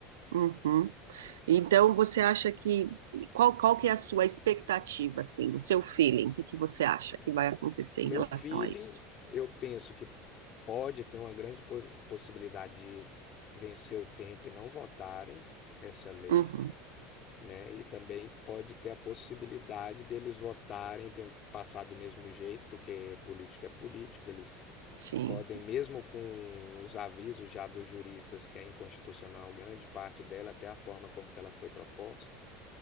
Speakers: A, on the right (about 70°); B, on the left (about 40°).
A: Uhum. Então, você acha que qual, qual que é a sua expectativa, assim, o seu feeling? O que que você acha que vai acontecer
B: O
A: em
B: meu
A: relação
B: feeling,
A: a isso?
B: eu penso que pode ter uma grande por- possibilidade de vencer o tempo e não votarem essa lei,
A: Uhum,
B: né? E também pode ter a possibilidade deles votarem, ten- passar do mesmo jeito, porque política é política, eles
A: sim,
B: podem, mesmo com os avisos já dos juristas que é inconstitucional, grande parte dela, até a forma como que ela foi proposta